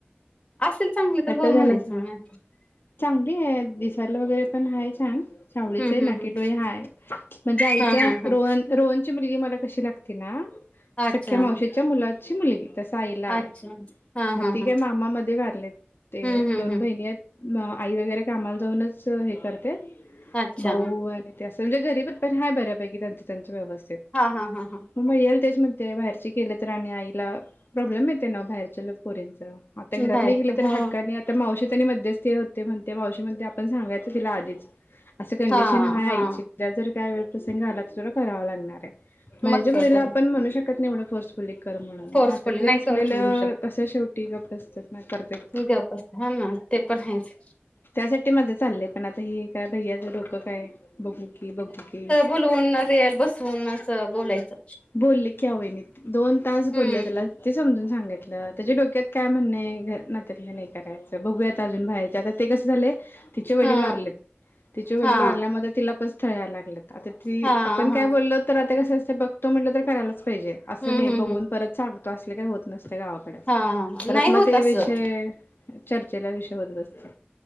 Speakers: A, on the left; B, on the left.
A: आसल चांगल तर
B: आता
A: हो म्हणायचं
B: झालं
A: म्हणा.
B: चांगली हाय अगदी दिसायला वगैरे पण हाय छान. सावळीच
A: हम्म
B: हाय नाकीडोळे
A: हम्म हम्म
B: हाय म्हणजे आईच्या
A: हा हा हा
B: रोहन रोहन तुमची मुलगी मला कशी लागते ना
A: अच्छा
B: सख्या मावशीच्या मुलाची मुलगी. तसा आईला आहे.
A: अच्छा हा
B: मग
A: हा
B: ति
A: हा
B: काय मामा मध्ये वारले ते
A: हम्म हम्म
B: दोन
A: हम्म
B: बहिणी आहेत. आई वगैरे कामाला जाऊनच हे करते.
A: अच्छा
B: भाऊ आणि त्या म्हनजे गरीब पण आहे. बऱ्यापैकी त्यांच त्यांच्या व्यवस्थित.
A: हा. हा. हा. हां.
B: मग भैयाला तेच म्हणते. बाहेरची केलं तर. आणि आईला प्रॉब्लेम येते ना बाहेरच्या ल पोरींच. आता घरातले
A: बाहेरच
B: गेले तर
A: हा
B: हक्कानी. तर मावशी त्यांनी मध्यस्थी होते. म्हणते मावशीमध्ये आपण सांगायचं तिला आधीच. असं कंडिशन
A: हा
B: हाय
A: हा
B: आईची. उद्या जर काय वेळ प्रसंगी आला तर तुला करावा लागणार आहे. बाहेरच्या
A: मग कायतरी
B: मुलीला आपण म्हणू शकत नाही एवढं फोर्सफुली कर म्हणून.
A: फोर्सफुली
B: नात्यातले
A: नाही
B: असलेलं.
A: करूच म्हणू
B: कस शेवटी गप्प असतात. ना करतात
A: गपस हा ना. ते पण आहेच.
B: त्यासाठी माझं चाललंय. पण आता काय भै्याचं डोक काय की बघू की.
A: बुलवून रेल बसवून असं बोलायचं.
B: बोलले की आहों वाहिनी. दोन तास
A: हम्म
B: बोलले त्याला. किती समजून सांगितलं. त्याच्या डोक्यात काय म्हणणें नात्यातलं नाही करायचं. बघूया आता अजून बाहेयचं आ. ते कसे झालय तिचे वडील
A: हा
B: वारलेत. तिचे वडील
A: हा
B: वारल्यामुळे तिला पण स्थळ यायलागलेत आता ती.
A: हा
B: आपण
A: हा
B: काय बोललो. तर आता कस असत. बघतो म्हटल तर करायलाच पाहिजे असं
A: हम्म
B: नाही
A: हम्म
B: बघून
A: हम्म
B: परत सांग. असल काय होत नसते. गावाकडे
A: हा
B: परत
A: नाही होत
B: मग ते
A: असं
B: विषय. चर्चेला विषय होत बसतो.